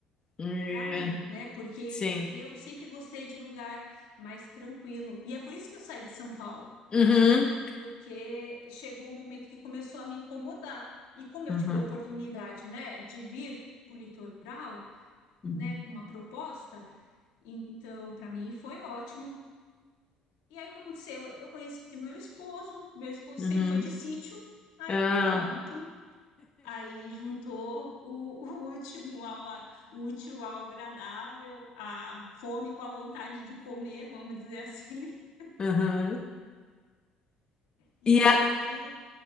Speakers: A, on the left (about 30°); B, on the left (about 85°).
A: É,
B: para mim, né? Porque
A: Sim.
B: eu sempre gostei de lugar mais tranquilo. E é por isso que eu saí de São Paulo,
A: Uhum.
B: porque chegou um momento que começou a me incomodar. E como eu
A: Uhum.
B: tive a oportunidade, né, de vir para o litoral,
A: Uhum.
B: né, com uma proposta. Então, para mim foi ótimo. E aí o que aconteceu? Eu conheci meu esposo, meu esposo
A: Uhum.
B: sempre foi de sítio, aí
A: Ah.
B: pronto. Aí juntou o, <laughs> o último ao, a- o útil ao agradável, a fome com a vontade de comer, vamos dizer assim. <laughs>
A: Uhum.
B: E
A: E
B: aí
A: a...
B: ele